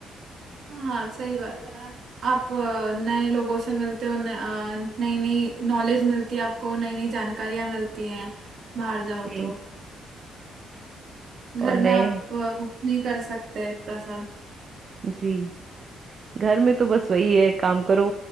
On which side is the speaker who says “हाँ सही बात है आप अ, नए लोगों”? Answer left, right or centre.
Right